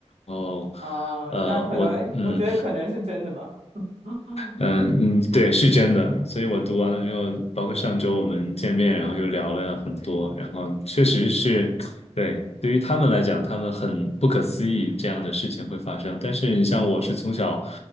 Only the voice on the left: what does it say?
然后，
呃，
我嗯。
嗯嗯，对，是真的。所以我读完了之后，包括上周我们见面，然后又聊了很多，然后确实是，对，对于他们来讲，他们很不可思议这样的事情会发生。但是你像我是从小，